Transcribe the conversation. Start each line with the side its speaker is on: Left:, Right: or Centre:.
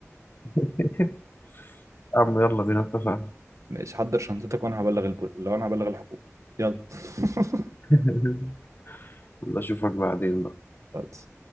Left: <laughs> يا عم يلا بينا اتفقنا
Right: ماشي حضر شنطتك وانا هبلغ البول... لو انا هبلغ الحكومة يلا <laughs>
Left: <laughs> يلا اشوفك بعدين بقى
Right: خلاص.